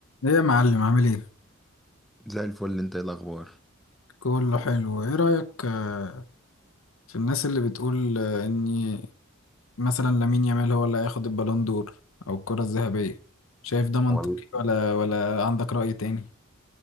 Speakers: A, on the left; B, in the centre.
A: ايه يا معلم عامل ايه
B: زي الفل انت ايه الاخبار
A: كله حلو ايه رأيك آه، في الناس اللي بتقول آه، ان مثلا لامين يامال هو اللي هياخد البالون دور او الكرة الذهبية شايف ده منطقي
B: وال
A: ولا ولا عندك رأي تاني